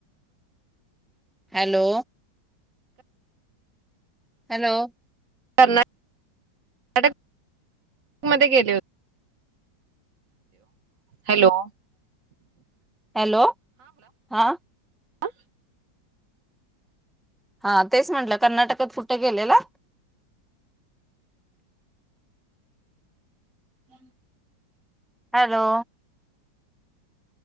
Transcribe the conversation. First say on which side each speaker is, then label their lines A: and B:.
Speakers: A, in the centre; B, on the right (about 45°).
A: हॅलो हॅलो
B: कना <inaudible> कर्नाटक मध्ये गेले होते हॅलो
A: हॅलो हा
B: आ
A: हा तेच म्हंटलं कर्नाटकात कुठे गेलेला <inaudible>
B: <inaudible>
A: हॅलो